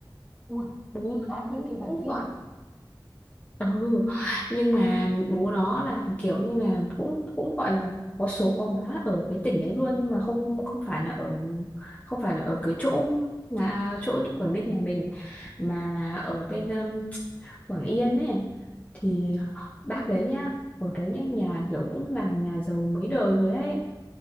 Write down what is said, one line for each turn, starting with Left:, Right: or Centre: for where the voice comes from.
Right: Ui,
Left: bố
Right: lại
Left: nó
Right: như
Left: cũng
Right: kịch bản
Left: cũng
Right: phim
Left: gọi
Right: à?
Left: ừ nhưng mà bố nó là kiểu như là cũng cũng gọi là có số có má ở cái tỉnh đấy luôn nhưng mà không không phải là ở không phải là ở cái chỗ là chỗ Quảng Ninh nhà mình mà là ở bên um, Quảng Yên ấy thì bác đấy nhá ở đấy nhá nhà kiểu cũng là nhà giàu mấy đời rồi ấy